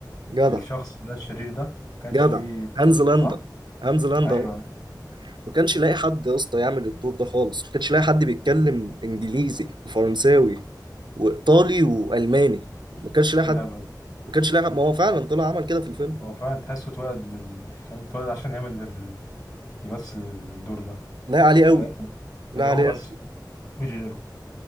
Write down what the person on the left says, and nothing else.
الشخص ده الشرير ده ما كانش
فيه
صح
ايوه
أيوه.
ايه الهبل
ده؟
هو فعلا تحسه اتولد من فاهم اتولد عشان يعمل ال... يمثل الدور ده
رايق.
اي هو
بس
مفيش غيره